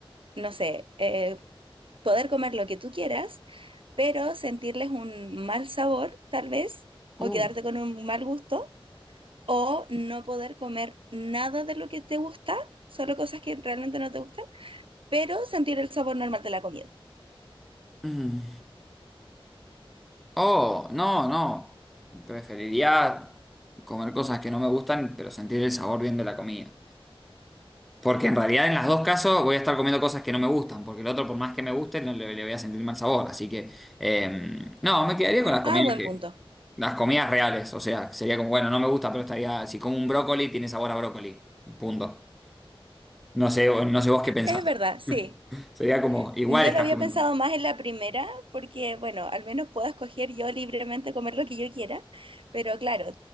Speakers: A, on the right; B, in the centre.
A: no sé, eh, poder comer lo que tú quieras, pero sentirles un mal sabor, tal vez,
B: Oh,
A: o quedarte con un mal gusto, o no poder comer nada de lo que te gusta, solo cosas que realmente no te gustan, pero sentir el sabor normal de la comida.
B: Mm. Oh, no, no. Preferiría comer cosas que no me gustan, pero sentir el sabor bien de la comida. Porque en realidad en los dos casos voy a estar comiendo cosas que no me gustan, porque el otro por más que me guste no le, le voy a sentir mal sabor. Así que eh, no, me quedaría con las comidas
A: Ah, buen
B: que,
A: punto.
B: las comidas reales. O sea, sería como, bueno, no me gusta, pero estaría, si como un brócoli, tiene sabor a brócoli. Punto. No sé, no sé vos qué pensás.
A: Es verdad, sí.
B: <laughs> Sería como, igual
A: Yo
B: estás
A: lo había
B: comiendo.
A: pensado más en la primera porque, bueno, al menos puedo escoger yo libremente comer lo que yo quiera, pero claro,